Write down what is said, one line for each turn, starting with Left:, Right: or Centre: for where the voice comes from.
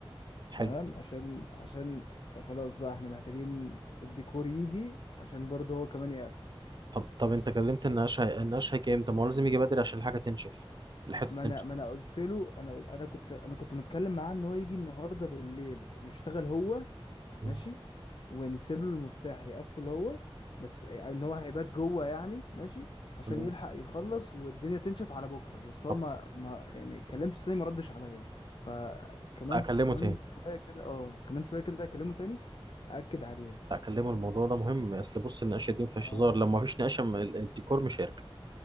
Right: حلو
Left: تمام عشان عشان خلاص بقى احنا محتاجين الديكور يجي عشان برضه هو كمان يقفل
Right: طب طب انت كلمت النقاش هي... النقاش هيجي امتى ما هو لازم يجي بدري عشان الحاجه تنشف الحته
Left: ما
Right: تنشف
Left: انا ما انا قلت له انا انا كنت انا كنت متكلم معاه ان هو يجي النهارده بالليل يشتغل هو
Right: مم.
Left: ماشي ونسيب له المفتاح يقفل هو بس ان هو هيبات جوه يعني ماشي عشان
Right: تمام
Left: يلحق يخلص والدنيا تنشف على بكره بس
Right: طب
Left: هو ما, ما يعني كلمته تاني ما ردش عليا فكمان
Right: لا اكلمه
Left: كمان
Right: تاني
Left: شويه كده اه كمان شويه كده اكلمه تاني اكد عليه
Right: لا اكلمه الموضوع ده مهم اصل بص النقاشه دي ما فيهاش
Left: اه
Right: هزار لما ما فيش نقاشه م- الديكور مش هيركب